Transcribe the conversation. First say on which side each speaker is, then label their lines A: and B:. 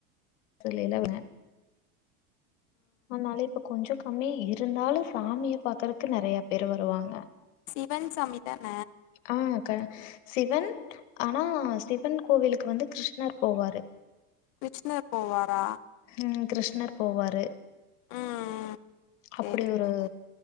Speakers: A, on the left; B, on the left.
A: தெரியலங்க அதனால இப்ப கொஞ்சோ கம்மியா இருந்தாலு சாமிய பாக்குறக்கு நெறய பேரு வருவாங்க
B: சிவன் சாமிதான
A: ஆ சிவன் ஆனா சிவன் கோவிலுக்கு வந்து கிருஷ்ணர் போவாரு
B: விச்சுனர் போவாரா
A: ம் கிருஷ்ணர் போவாரு
B: ம் சரிங்க
A: அப்டி ஒரு
B: தோழி